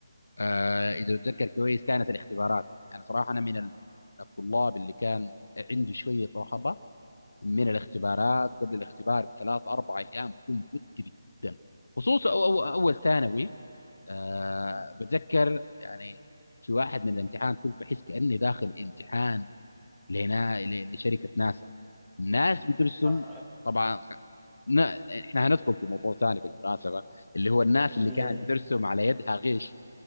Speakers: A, on the left; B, in the centre.
A: آه، اذا اتذكر كويس كانت الاختبارات يعني صراحه انا من ال- من الطلاب اللي كان عنده شويه رهبه من الاختبارات وقبل الاختبار بثلاث اربع ايام بكون متوتر جدا خصوصا أو أو اول ثانوي
B: أوف.
A: أه
B: أه.
A: بتذكر يعني في واحد من الامتحان كنت بحس كاني داخل امتحان لهنا ل- لشركه ناسا الناس بترسم
B: اح
A: طبعا خ- ن- احنا هندخل في موضوع ثاني بالمناسبه اللي هو الناس اللي
B: <laughs> ايه
A: كانت بترسم على يدها غيش